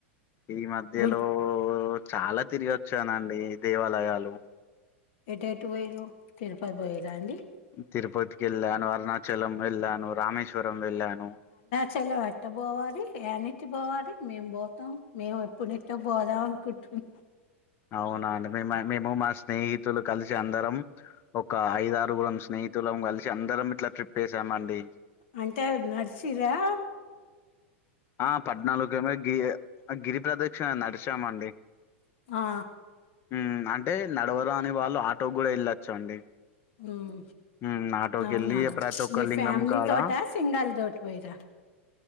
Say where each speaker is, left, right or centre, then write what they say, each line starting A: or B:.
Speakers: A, on the left; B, on the left.
A: ఈ మధ్యలో
B: గుడి
A: చాలా తిరిగి వచ్చానండీ దేవాలయాల్ హలో
B: ఎట్ ఎటు పోయినవ్ తిరుపతి పోయింరా అండి.
A: తిరుపతి కెళ్ళాను, అరుణాచలం ఎళ్ళాను, రామేశ్వరం వెళ్ళాను
B: చలం ఎట్ట పోవాలి. ఏడ్ నిట్టి పోవాలి మేమ్ పోతాం. మేము ఎప్పుడు నుట్టో పోదాం అనుకుంటున్నా
A: అవునా అండి. మేమ్ మ మేము మా స్నేహితులు కలిసి అందరం ఒకా ఐదారుగురం స్నేహితులం కలిసి అందరం ఇట్లా ట్రిప్ ఏసామ్ అండి.
B: అంటే నడిసిర్రా
A: ఆ పద్నాలుగు గీ గిరి ప్ర్రదక్షణ నడిశామండి
B: ఆ
A: ఉమ్ అంటే నడవరాని వాళ్ళు ఆటో గూడా ఎళ్ళొచ్చ అండి.
B: ఉమ్
A: ఉమ్ ఆటోకి
B: అవునా
A: వెళ్ళి ప్రతి ఒక్క
B: మీ
A: లింగం
B: ఫ్యామిలీ
A: కాడ
B: తోటా సింగల్ తోటి పోయిర్రా